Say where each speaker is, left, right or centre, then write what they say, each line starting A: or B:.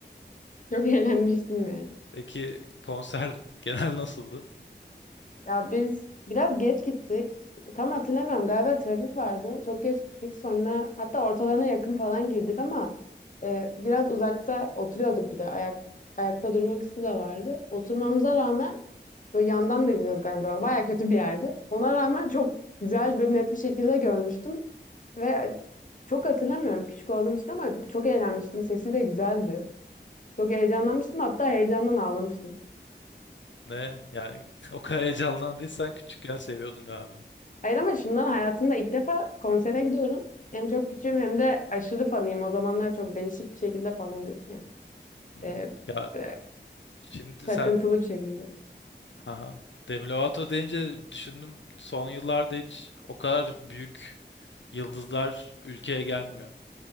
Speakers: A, on the left; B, on the left.
A: Çok <laughs> eğlenmiştim yani.
B: Peki konser genel nasıldı?
A: Ya biz biraz geç gittik. E, Tam hatırlamıyorum galiba trafik vardı. Çok geç gittik sonra hatta ortalarına yakın falan girdik ama e, biraz uzakta oturuyorduk bir de. Ayak, ayakta durma kısmı da vardı. Oturmamıza rağmen böyle yandan da izliyorduk aynı zamanda. Baya kötü bir yerdi. Ona rağmen çok güzel ve net bir şekilde görmüştüm. Ve çok hatırlamıyorum küçük oldum işte ama çok eğlenmiştim. Sesi de güzeldi. Çok heyecanlanmıştım hatta heyecandan ağlamıştım.
B: Ne? Yani <laughs> o kadar heyecanlandıysan küçükken seviyordun galiba.
A: Hayır ama şundan hayatımda ilk defa konsere gidiyorum. Hem çok küçüğüm hem de aşırı fanıyım. O zamanlar çok değişik bir şekilde fan oluyorum. Yani,
B: Hmm.
A: e,
B: Ya
A: böyle
B: şimdi
A: takıntılı
B: sen
A: bir şekilde.
B: Haha. Demi Lovato deyince düşündüm son yıllarda hiç o kadar büyük yıldızlar ülkeye gelmiyor.